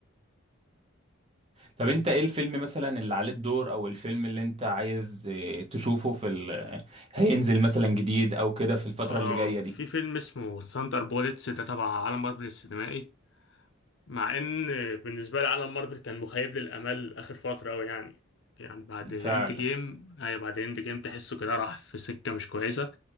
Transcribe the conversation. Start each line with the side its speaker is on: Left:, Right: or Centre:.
Right: طب انت ايه الفيلم مثلا اللي عليه الدور او الفيلم اللي انت عايز اه، تشوفه في ال... هينزل مثلا جديد او كده في الفترة
Left: اه
Right: اللي جاية دي
Left: في فيلم اسمه ثاندر بوليتس ده تبع عالم مارفل السينمائي مع ان بالنسبه لي عالم مارفل كان مخيب للامال اخر فتره قوي يعني يعني بعد اند
Right: فعلا
Left: جيم اي بعد اند جيم تحسه كده راح في سكه مش كويسه